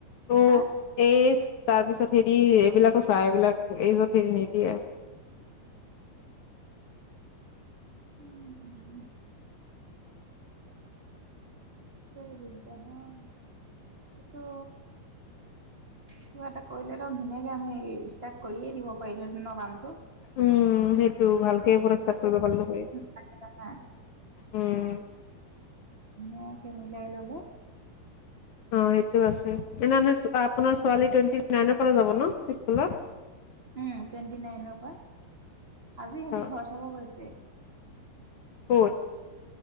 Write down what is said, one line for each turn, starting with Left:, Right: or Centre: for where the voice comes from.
Left: তো।
Right: হা
Left: এইজ তাৰ পিছত হেৰি এইবিলাকো চাই এইবিলাক এইজত হেৰি নিদিয়ে।
Right: উম, উম। হেইটো দিগদাৰ হ'ল, হেটো কিবা এটা কৰিলে একদম ধুনীয়াকে আমি ষ্টাৰ্ট কৰিয়ে দিব পাৰিলো হেতেন কামটো।
Left: উম, সেইটো ভালকে পোৱা ষ্টাৰ্ট কৰিব পাৰিলো হয়।
Right: কাইলৈ নাহা।
Left: উম
Right: ধুনীয়াকে মিলাই ল'লে।
Left: অ' সেইটো আছে তেনেহ'লে আপোনাৰ ছোৱালী টুৱেণ্টি নাইনৰ পৰা যাব ন স্কুলত।
Right: উম, টুৱেণ্টি নাইনৰ পৰা আজি
Left: আচ্ছা
Right: ইহঁতি ঘৰ চাব গৈছে।
Left: ক'ত